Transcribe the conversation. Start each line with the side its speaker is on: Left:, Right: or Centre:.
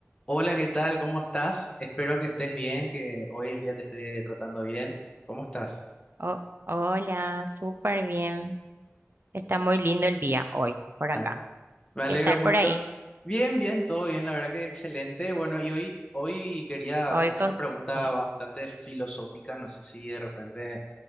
Left: Hola, ¿qué tal? ¿Cómo estás? Espero que estés bien, que hoy el día te esté tratando bien. ¿Cómo estás?
Right: Oh, hola, súper bien. Está muy lindo el día hoy por acá.
Left: <laughs> Me alegro
Right: ¿Qué tal
Left: mucho.
Right: por ahí?
Left: Bien, bien, todo bien, la verdad que excelente. Bueno, y hoy, hoy quería
Right: Hoy
Left: hacerte
Right: con...
Left: una pregunta
Right: eh,
Left: bastante filosófica. No sé si de repente